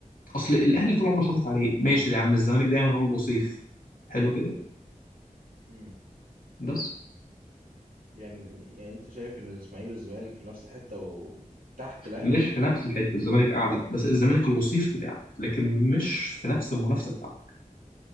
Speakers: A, on the left; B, on the right.
A: أصل الأهلي طول عمره حاطط عليه ماشي يا عم الزمالك دايما هو الوصيف حلو كده
B: امم
A: بس
B: يعني يعني انت شايف ان الاسماعيلي والزمالك في نفس الحته وتحت الاهلي
A: مش في نفس الحتة الزمالك أعلى بس الزمالك الوصيف بتاعك لكن مش في نفس المنافسة بتاعتك